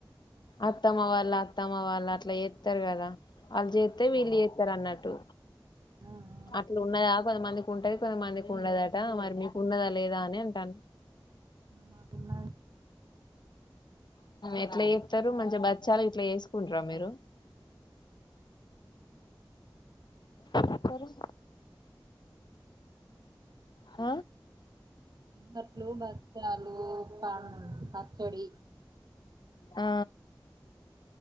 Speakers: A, on the left; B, on the right.
A: అత్తమ్మ వాళ్ళ అత్తమ్మ వాళ్ళ అట్లా చేస్తారు కదా వాళ్ళు చేస్తే వీళ్ళు చేస్తారు అన్నట్టు
B: ఆ
A: అట్లా ఉన్నాయా కొంతమందికి ఉంటది కొంతమందికి ఉండదట మరి మీకు ఉండదా లేదా అని అంటాను
B: మాకున్నది
A: ఎట్లా వేస్తారు మంచిగా బచ్చాలు ఇట్లా వేసుకుంటార మీరు ఎక్కరు హ
B: బట్లు బట్టలు పా పచ్చడి
A: ఆ